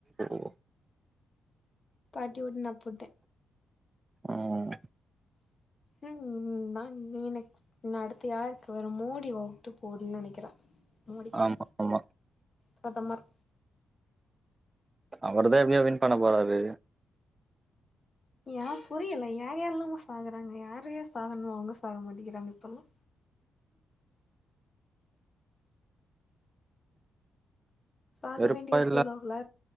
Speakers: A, on the right (about 25°); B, on the left (about 35°).
A: ஓ
B: பாட்டி ஓட்ட நா போட்டே
A: ம்
B: உம் ம்ம் நா நீ நெக்ஸ்ட் அடுத்து யாருக்கு வரு மோடி வோட்டு போடுனு நெனைக்கறே மோடிக்கு
A: ஆமா ஆமா
B: பிரதமர்
A: அவர்தா எப்டியோ வின் பண்ண போறாரு
B: ஏ புரியல யார் யாரெல்லாமோ சாகறாங்க யாரையே சாகணு அவங்க சாக மாட்டேங்கிறாங்க இப்பெல்லா சாக
A: வெறுப்பா
B: வேண்டிய வயசுல
A: இல்ல
B: உள்ளவங்களா